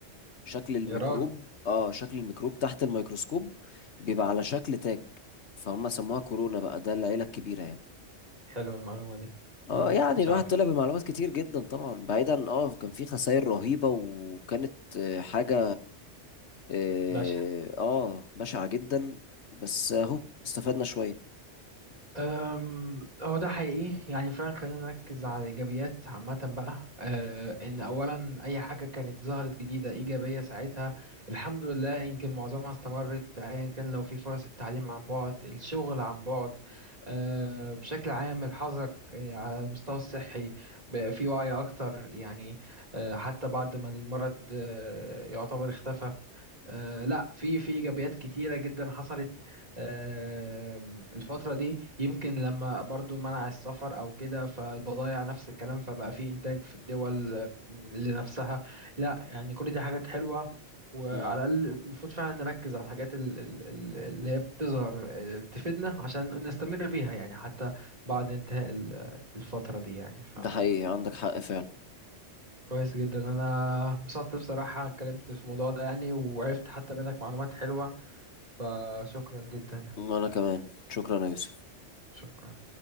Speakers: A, on the left; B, on the right.
A: شكل الميكروب
B: يا راجل
A: اه شكل الميكروب تحت الميكروسكوب بيبقى على شكل تاج فهم سموها كورونا بقى ده العيلة الكبيرة يعني
B: حلوه المعلومه دي
A: اه
B: مم،
A: يعني
B: كنتش
A: الواحد
B: عارف
A: طلع بمعلومات كتير جدا طبعا بعيدا اه كان في خسائر رهيبة وكانت آه، حاجة اه
B: باشا
A: آه، بشعة جدا بس اهو استفدنا شوية
B: أم، هو ده حقيقي يعني فعلا خلينا نركز على الإيجابيات عامة بقى أه إن أولا أي حاجة كانت ظهرت جديدة إيجابية ساعتها الحمد لله يمكن معظمها استمرت أيا كان لو في فرص التعليم عن بعد الشغل عن بعد أه بشكل عام الحظر أه، على المستوى الصحي بقى في وعي أكتر يعني أه حتى بعد ما المرض أه يعتبر اختفى آه لا في في ايجابيات كتيره جدا حصلت آه الفتره دي يمكن لما برضو منع السفر او كده فالبضائع نفس الكلام فبقى في انتاج في الدول آه، لنفسها لا يعني كل دي حاجات حلوه وعلى
A: مم.
B: الاقل المفروض فعلا نركز على الحاجات ال- ال- ال- اللي هي بتظهر آه، تفيدنا عشان نستمر بيها يعني حتى بعد انتهاء ال- الفتره دي يعني ف
A: ده حقيقي عندك حق فعلا
B: كويس جدا انا انبسطت بصراحة اتكلمت في الموضوع ده يعني وعرفت حتى منك معلومات حلوة فشكرا جدا يعني
A: وانا كمان شكرا يا يوسف
B: شكرا